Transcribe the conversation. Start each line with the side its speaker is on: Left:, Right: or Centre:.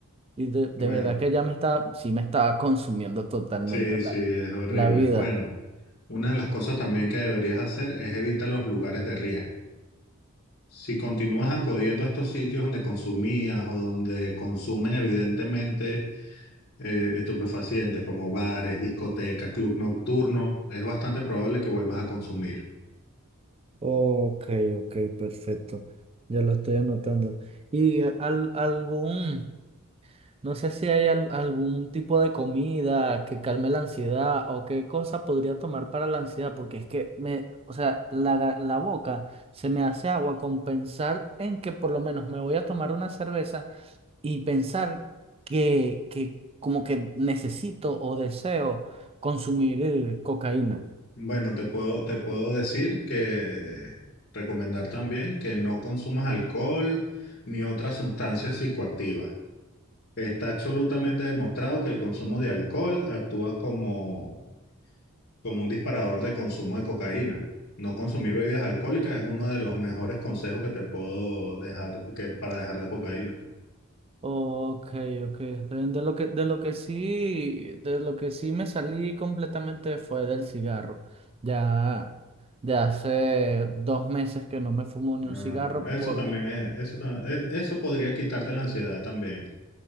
Right: Y de, de
Left: Bueno,
Right: verdad que ya me está, sí me estaba consumiendo totalmente
Left: sí, sí,
Right: la,
Left: es horrible.
Right: la vida.
Left: Bueno, una de las cosas también que deberías hacer es evitar los lugares de riesgo. Si continúas acudiendo a estos sitios donde consumías o donde consumen evidentemente eh, estupefacientes como bares, discotecas, club nocturno, es bastante probable que vuelvas a consumir.
Right: Ok, ok, perfecto. Ya lo estoy anotando. Y eh, al- algún, no sé si hay al- algún tipo de comida que calme la ansiedad o qué cosa podría tomar para la ansiedad, porque es que me, o sea, la, ga- la boca se me hace agua con pensar en que por lo menos me voy a tomar una cerveza y pensar que, que como que necesito o deseo consumir eh, cocaína.
Left: Bueno, te puedo, te puedo decir que recomendar también que no consumas alcohol ni otras sustancias psicoactivas. Está absolutamente demostrado que el consumo de alcohol actúa como, como un disparador de consumo de cocaína. No consumir bebidas alcohólicas es uno de los mejores consejos que te puedo dejar que, para dejar la cocaína.
Right: Ok, ok. De de lo que, de lo que sí, de lo que sí me salí completamente fue del cigarro. Ya de hace dos meses que no me fumo ni un
Left: Ah,
Right: cigarro
Left: bueno, eso
Right: porque
Left: también es, eso, ta- e- eso podría quitarte la ansiedad también.